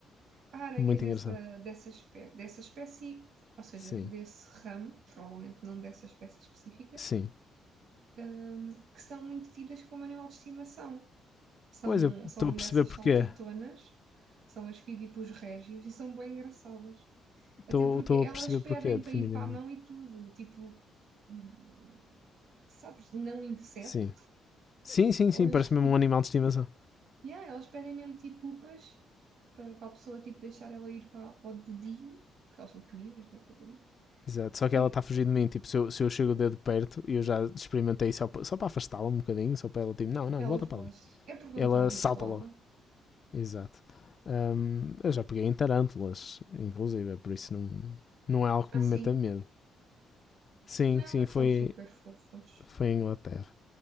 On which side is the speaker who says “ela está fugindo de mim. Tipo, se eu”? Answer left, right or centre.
Left